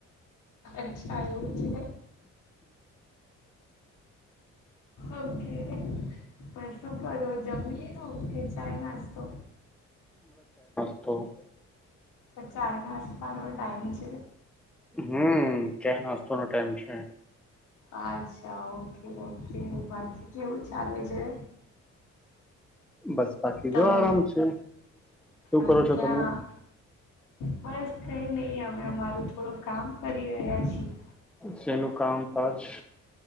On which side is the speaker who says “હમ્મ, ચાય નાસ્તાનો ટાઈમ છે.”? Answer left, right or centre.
Centre